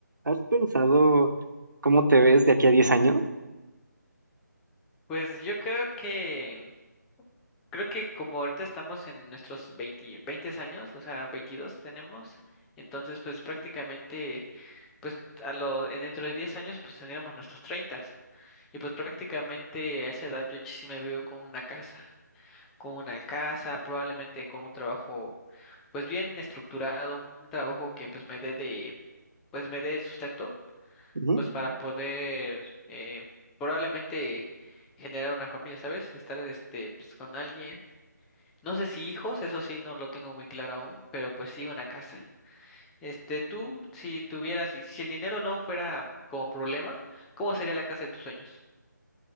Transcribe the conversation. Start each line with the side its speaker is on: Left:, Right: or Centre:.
Right: ¿Has pensado cómo te ves de aquí a diez años?
Centre: Pues yo creo que, creo que como ahorita estamos en nuestros 20, 20 años, o sea, 22 tenemos, entonces pues prácticamente, pues a lo, eh, dentro de 10 años pues tendríamos nuestros 30. Y pues prácticamente a esa edad yo sí me veo con una casa, con una casa, probablemente con un trabajo pues bien estructurado, un trabajo que pues me dé de, pues me dé el sustento
Right: Ujú.
Centre: pues para poder eh, probablemente generar una familia, ¿sabes? Estar este pues con alguien. No sé si hijos, eso sí no lo tengo muy claro aún, pero pues sí una casa. Este, tú si tuvieras si si el dinero no fuera como problema, ¿cómo sería la casa de tus sueños?